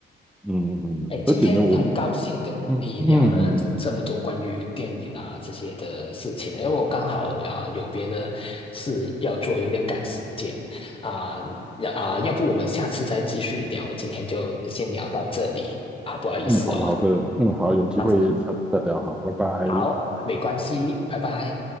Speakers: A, in the centre; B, on the left.
A: 嗯嗯，嗯而且呢，
B: 哎，今天很高兴跟你聊了这这么多关于电影啊这些的事情，
A: 我就嗯嗯嗯嗯，
B: 因为我刚好啊、有别的事要做，有点赶时间啊要啊，要不我们下次再继续聊，今天就先聊到这里啊，不好意思哦
A: 嗯好的好的，嗯好，有机会再再聊，
B: 啊，
A: 好，拜拜。
B: 好，没关系，拜拜。